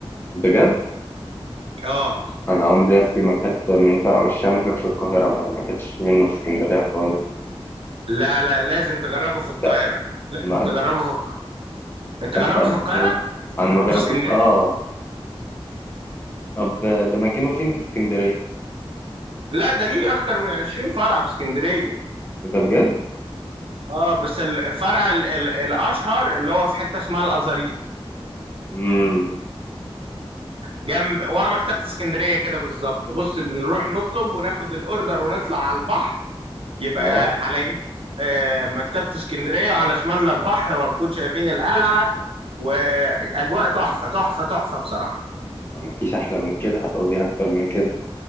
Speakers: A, on the left; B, on the right.
A: بجد
B: اه
A: انا عمري اصلي ما اكلت من كرم الشام غير في القاهره ما ما اكلتش منه في اسكندريه خالص
B: لا لا لازم تجربه في القاهره
A: ده
B: لازم
A: ما
B: تجربه في القاهرة. انت جربته
A: طب
B: في القاهره <laughs>
A: انا
B: جربته
A: ما جربتوش
B: في اسكندريه
A: اه طب ده مكانه فين في اسكندريه
B: لا ده ليه اكتر من 20 فرع في اسكندريه
A: اذا بجد
B: اه بس ال- الفرع ال ال الاشهر اللي هو في حته اسمها الازاريط
A: امم
B: جنب ورا مكتبه اسكندريه كده بالظبط بص بنروح نطلب وناخد الاوردر ونطلع على البحر يبقى
A: اه
B: على يمين آه، مكتبة اسكندرية وعلى شمالنا البحر وهنكون شايفين القلعة وأجواء تحفة تحفة تحفة بصراحة
A: ما فيش احلى من كده هتعوزيها اكتر من كده